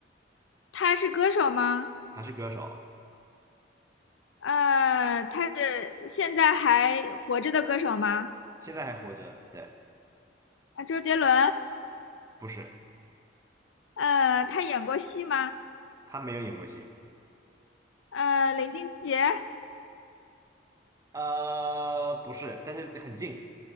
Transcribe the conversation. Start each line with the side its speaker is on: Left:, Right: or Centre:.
Left: 他是歌手吗？
Right: 他是歌手，
Left: 呃，他是现在还活着的歌手吗？
Right: 现在还活着，对，
Left: 啊，周杰伦。
Right: 不是，
Left: 呃，他演过戏吗？
Right: 他没有演过戏，
Left: 呃，林俊杰。
Right: 呃，不是，但是很近，